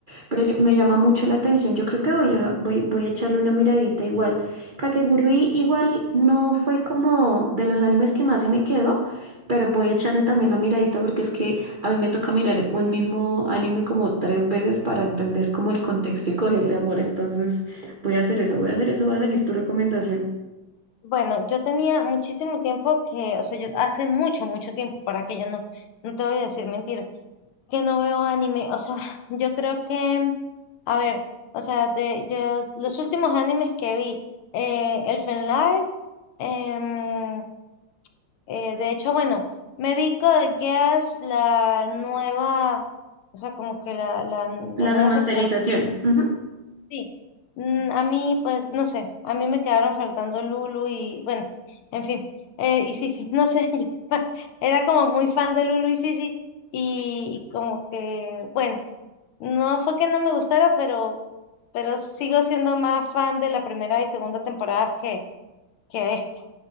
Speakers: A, on the right; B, on the left.
A: Pero yo- me llama mucho la atención. Yo creo que voy a, voy, voy a echarle una miradita igual. Kakegurui igual no fue como de los animes que más se me quedó, pero voy a echarle también la miradita porque es que a mí me toca mirar un mismo anime como tres veces para entender como el contexto y cogerle amor. Entonces... Voy a hacer eso, voy a hacer eso, voy a seguir tu recomendación.
B: Bueno, yo tenía muchísimo tiempo que, o sea, yo hace mucho, mucho tiempo, para que yo no, no te voy a decir mentiras, que no veo anime. O sea, <laughs> yo creo que, a ver, o sea, de yo, los últimos animes que vi, eh, Elfen Lied, em, eh, de hecho, bueno, me vi Code Geass, la nueva, o sea, como que la, la la
A: La
B: nueva
A: remasterización.
B: temporada.
A: ujú.
B: Sí, Mm, a mí, pues, no sé, a mí me quedaron faltando Lulu y, bueno, en fin, eh, y Sisi, <laughs> no sé, yo <laughs> era como muy fan de Lulu y Sisi y, y como que, bueno, no fue que no me gustara, pero, pero sigo siendo más fan de la primera y segunda temporada que, que esta.